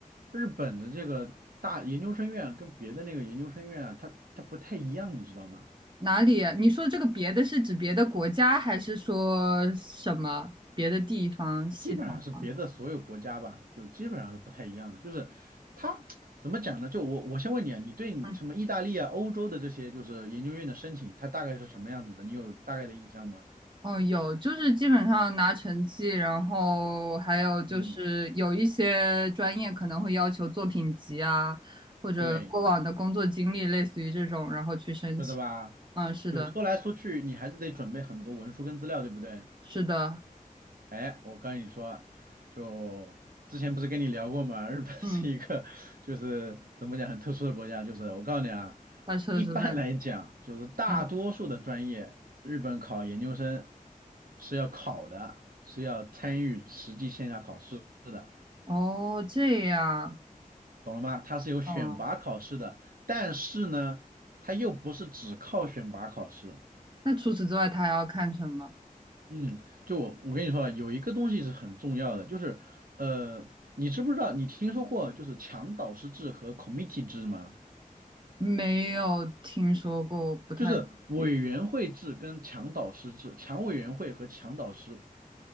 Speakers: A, on the right; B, on the right.
A: 日本的这个大研究生院啊跟别的那个研究生院啊，它它不太一样，你知道吗？
B: 哪里啊你说这个别的是指别的国家，还是说什么别的地方系统啊？
A: 基本上是别的所有国家吧，就基本上是不太一样的，就是它 <tsk> 怎么讲呢？就我我先问你啊，你对你什么意大利啊、
B: 嗯，
A: 欧洲的这些就是研究院的申请，它大概是什么样子的？你有大概的印象吗？
B: 哦，有，就是基本上拿成绩，然后还有就是有一些专业可能会要求作品集啊，
A: 嗯。
B: 或者过往的工作经历，
A: 对，
B: 类似于这种，然后去申请。
A: 是的吧？
B: 嗯，是的，
A: 就说来说去，你还是得准备很多文书跟资料，对不对？
B: 是的，
A: 哎，我跟你说，就之前不是跟你聊过吗？日本
B: 嗯，
A: <laughs> 是一个就是怎么讲很特殊的国家，就是我告诉你啊，
B: 他测试在哪？
A: 一般来讲，就是大多数的专业，
B: 嗯，
A: 日本考研究生是要考的，是要参与实际线下考试的，
B: 哦，这样，
A: 懂了吗？它是有选拔考试的，
B: 哦，
A: 但是呢，它又不是只靠选拔考试。
B: 那除此之外，他还要看什么？
A: 嗯，就我我跟你说啊，有一个东西是很重要的，就是呃，你知不知道你听说过就是强导师制和 committee 制吗？
B: 没有听说过，我不太理解，
A: 就是委员会制跟强导师制，强委员会和强导师